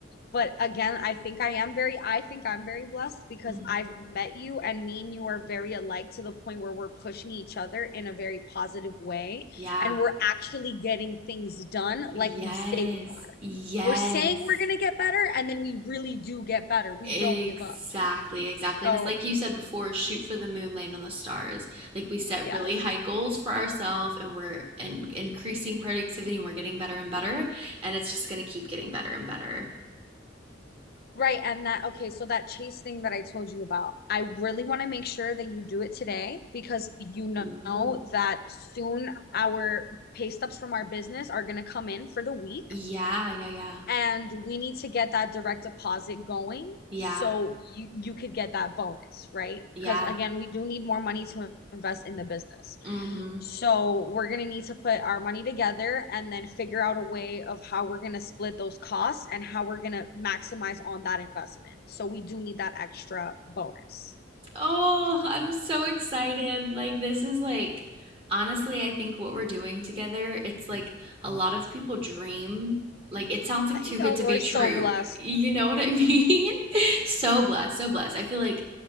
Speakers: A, on the left; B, on the right.
A: but again, I think I am very I think I'm very blessed because
B: Mm,
A: I've met you and me and you are very alike to the point where we're pushing each other in a very positive way
B: Yeah.
A: and we're actually getting things done
B: Yes.
A: like we say we
B: Yes.
A: we're saying we're going to get better, and then we really do get better. We
B: Exactly,
A: don't give up.
B: exactly.
A: So,
B: And it's like you said before, shoot for the moon, land on the stars. Like we set
A: yes.
B: really high goals for ourselves and we're in- increasing productivity and we're getting better and better. And it's just going to keep getting better and better.
A: Right. And that, okay, so that chase thing that I told you about, I really want to make sure that you do it today because you
B: Ooh.
A: know that soon our pay stubs from our business are going to come in for the week
B: Yeah, yeah, yeah.
A: and we need to get that direct deposit going
B: Yeah,
A: so you you could get that bonus, right?
B: yeah.
A: Because again, we do need more money to invest in the business.
B: Mm-hmm.
A: So we're going to need to put our money together and then figure out a way of how we're going to split those costs and how we're going to maximize on that investment. So we do need that extra bonus.
B: Oh, I'm so excited. Like, this is like, honestly, I think what we're doing together, it's like a lot of people dream. Like, it sounds
A: I
B: like too
A: know
B: good to
A: we're
B: be true.
A: so blessed.
B: You know what I mean? <laughs> So blessed, so blessed. I feel like,